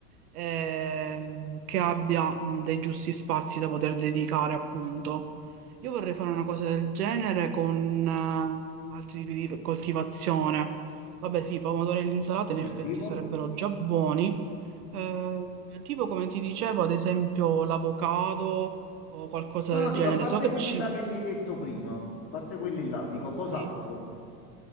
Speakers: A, on the right; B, on the left.
A: eh, che abbia mh, dei giusti spazi da poter dedicare, appunto. Io vorrei fare una cosa del genere con eh, altri tipi di coltivazione. Vabbè, sì, i pomodori e l'insalata in
B: Del
A: effetti
B: tipo?
A: sarebbero già buoni. Eh, tipo come ti dicevo, ad esempio l'avocado o qualcosa
B: No,
A: del
B: no, dico,
A: genere.
B: a parte
A: So che
B: quelli
A: ci...
B: là che mi hai detto prima, a parte quelli là, dico cos'altro?
A: sì.